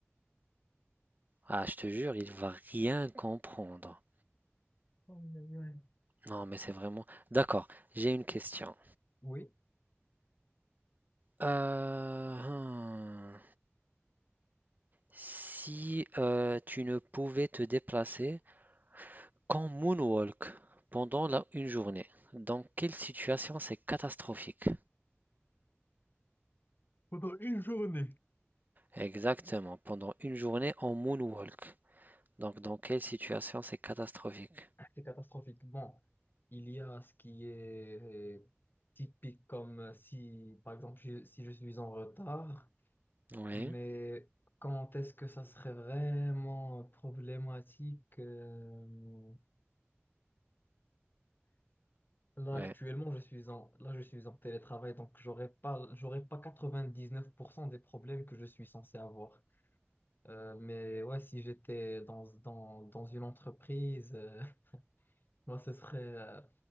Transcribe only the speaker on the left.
Oh, ouais.
Oui.
Pendant une journée.
C'est catastrophique. Bon, il y a ce qui est typique comme si, par exemple, je- si je suis en retard,
mais quand est-ce que ça serait vraiment problématique? euh, Là,
actuellement, je suis en, là, je suis en télétravail, donc j'aurais pas, j'aurais pas 99% des problèmes que je suis censé avoir. Euh, mais ouais, si j'étais dans, dans, dans une entreprise, euh, Moi, ce serait, euh,